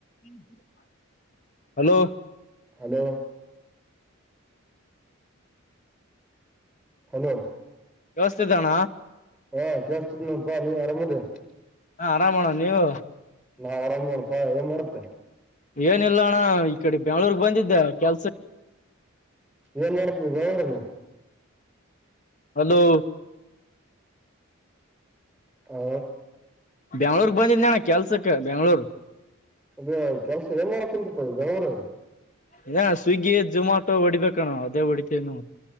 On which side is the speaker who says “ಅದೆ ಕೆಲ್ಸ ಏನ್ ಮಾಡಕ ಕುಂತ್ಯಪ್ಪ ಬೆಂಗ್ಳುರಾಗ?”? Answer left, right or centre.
Centre